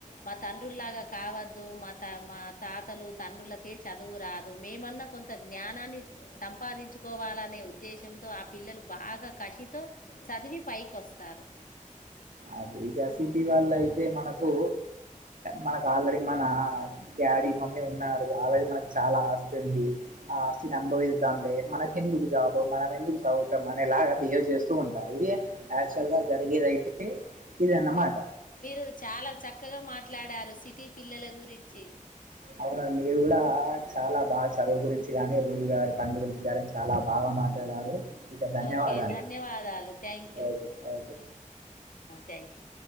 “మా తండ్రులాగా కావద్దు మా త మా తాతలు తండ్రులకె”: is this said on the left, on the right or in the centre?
Left